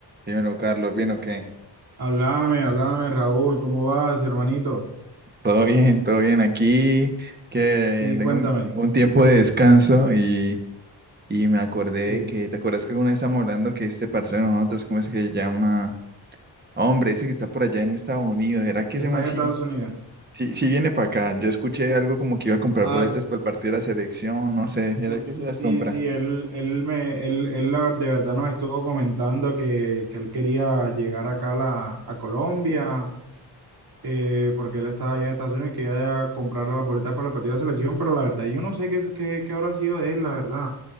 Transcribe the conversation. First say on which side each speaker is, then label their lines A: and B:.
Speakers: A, on the right; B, on the right.
A: Dímelo, Carlos, ¿bien o qué?
B: Háblame, háblame, Raúl, ¿cómo vas, hermanito?
A: Todo bien, todo bien. Aquí que
B: Sí,
A: tengo
B: cuéntame.
A: un, un tiempo de descanso y, y me acordé
B: Sí,
A: de que, ¿te acuerdas que alguna vez estábamos hablando que este parcero de nosotros, ¿cómo es que se llama? Hombre, ese que está por allá en Estados Unidos, ¿era que
B: que
A: ese
B: está
A: man
B: en
A: sí,
B: Estados Unidos.
A: sí, sí viene para acá? Yo escuché algo como que iba a comprar
B: Ah,
A: boletas para el partido de la selección, no sé,
B: sí,
A: ¿era que sí las
B: sí,
A: compra?
B: sí, él, él me, él, él la- de verdad nos estuvo comentando que, que él quería llegar acá a, la, a Colombia, eh, porque él estaba allá en Estados Unidos y quería comprar las boletas para la partida de selección, pero la verdad, yo no sé qué, es- qué, qué habrá sido de él, la verdad.